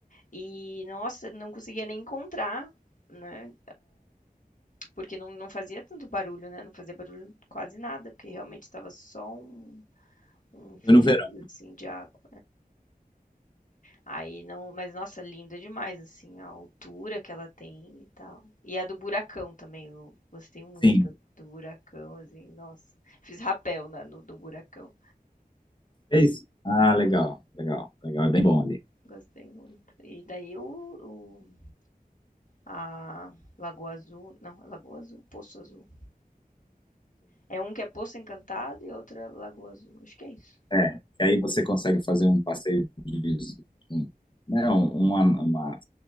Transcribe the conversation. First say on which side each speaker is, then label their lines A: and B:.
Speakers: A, on the left; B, on the left.
A: e, vinte e três e, nossa, não conseguia nem encontrar, né? Porque não, não fazia tanto barulho, né? Não fazia barulho quase nada, porque realmente tava só um, um
B: Foi no
A: fio,
B: verão,
A: assim, de água. Aí não, mas nossa, linda demais assim a altura que ela tem e tal. E a do buracão também, eu gostei muito
B: sim.
A: do, do buracão, assim, nossa. Fiz rapel na, no do buracão.
B: É isso? Ah, legal, legal, legal. É bem bom ali.
A: Gostei muito. E daí o, o- a Lagoa Azul, não, é Lagoa Azul, Poço Azul. É um que é Poço Encantado e outro é Lagoa Azul. Acho que é isso.
B: É, que aí você consegue fazer um passeio de, um- né, um- uma, uma-